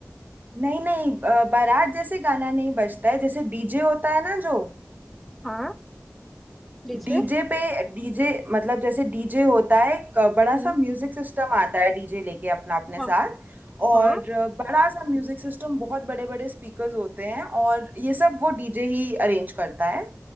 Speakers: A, on the right; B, in the centre.
A: नहीं नहीं अ, बारात जैसे गाना नहीं बजता है जैसे डीजे होता है ना जो
B: हाँ डीजे
A: डीजे पे डीजे मतलब जैसे डीजे होता है एक बड़ा
B: हम्म
A: सा म्यूजिक सिस्टम आता है डीजे लेके अपना अपने
B: हाँ
A: साथ और
B: हाँ
A: बड़ा सा म्यूजिक सिस्टम बहुत बड़े बड़े स्पीकर्स होते हैं और ये सब वो डीजे ही अरेंज करता है